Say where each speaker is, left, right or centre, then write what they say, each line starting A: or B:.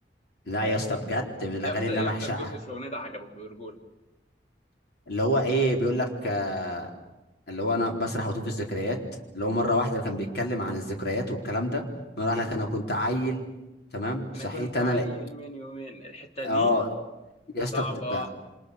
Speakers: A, on the left; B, on the left.
A: لا
B: آه،
A: يا اسطى بجد من الاغاني
B: إيه أكتر
A: اللي
B: إيه
A: انا
B: أكتر
A: بعشقها
B: جزء في الأغنية ده عجبك برجولة؟
A: اللي هو ايه بيقول لك آه، اللي هو انا بسرح واتوه في الذكريات اللي هو مره واحده كان بيتكلم عن الذكريات والكلام ده مره
B: مم.
A: لك مم. انا كنت عيل تمام صحيت
B: أنا كنت عيل
A: انا لق...
B: من يومين الحتة
A: اه
B: دي
A: يا اسطى
B: صعبة
A: بت- بقى-